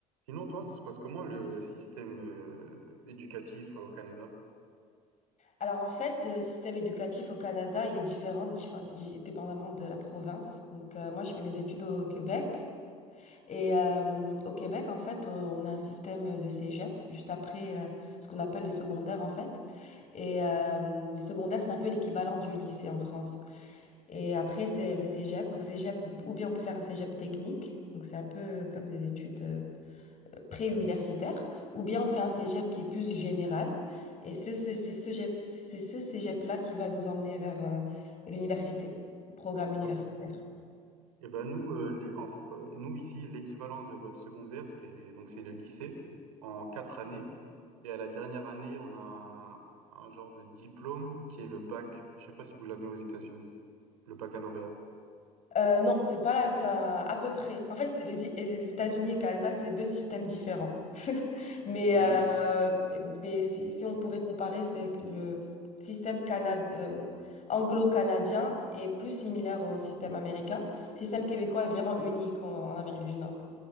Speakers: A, on the right; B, on the left.
A: Sinon, toi, ça se passe comment le système euh, éducatif euh, au Canada?
B: Alors en fait, le système éducatif au Canada, il est différent diffé- di- dépendamment de la province. Donc euh, moi, je fais mes études au Québec. Et euh, au Québec, en fait, on on a un système de cégep juste après euh, ce qu'on appelle le secondaire, en fait. Et euh, le secondaire, c'est un peu l'équivalent du lycée en France. Et après, c'est le cégep. Donc cégep, ou bien on peut faire un cégep technique. Donc c'est un peu comme des études. euh, pré-universitaire, ou bien on fait un cégep qui est plus général. Et ce, ce- c'est ce cégep, c'est ce cégep-là qui va nous emmener vers euh, l'université, le programme universitaire.
A: Ok. Eh ben nous, euh, les- en Fr- euh, nous ici, l'équivalent de votre secondaire, c'est donc c'est le lycée en quatre années. Et à la dernière année, on a un, un genre de diplôme qui est le bac. Je sais pas si vous l'avez aux États-Unis, le baccalauréat.
B: Euh, non, c'est pas la, enfin, à peu près. En fait, c'est les, I- les États-Unis et le Canada, c'est deux systèmes différents. <laughs> Mais, euh,
A: Ok.
B: mais si, si on pouvait comparer, c'est que le système cana- euh, anglo-canadien est plus similaire au système américain. Le système québécois est vraiment unique en en Amérique du Nord.